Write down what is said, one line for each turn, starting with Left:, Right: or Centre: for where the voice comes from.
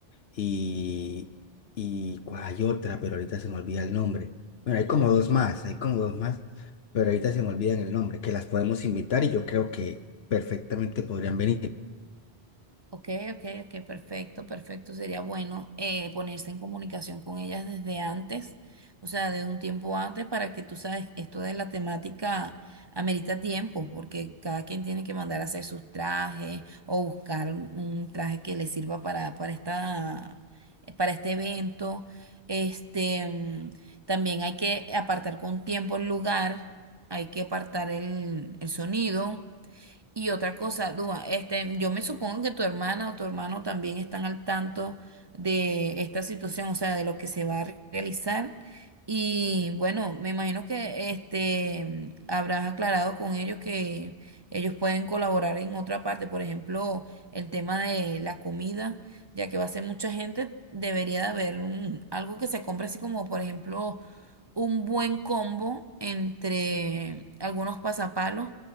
Left: y, y ¿cuál hay otra, pero ahorita se me olvida el nombre. Bueno, hay como dos más, hay como dos más, pero ahorita se me olvidan el nombre, que las podemos invitar y yo creo que perfectamente podrían venir.
Right: Ok, ok, ok, perfecto, perfecto. Sería bueno eh, ponerse en comunicación con ellas desde antes, o sea, desde un tiempo antes, para que tú sabes, esto de la temática amerita tiempo, porque cada quien tiene que mandar a hacer sus trajes o buscar un, un traje que le sirva para, para esta, para este evento. Este, mm, también hay que apartar con tiempo el lugar, hay que apartar el el sonido. Y otra cosa, Dúa, este, yo me supongo que tu hermana o tu hermano también están al tanto de esta situación, o sea, de lo que se va a re- realizar. Y bueno, me imagino que este habrás aclarado con ellos que ellos pueden colaborar en otra parte, por ejemplo, el tema de la comida, ya que va a ser mucha gente, debería de haber un- algo que se compre así como, por ejemplo, un buen combo entre algunos pasapalos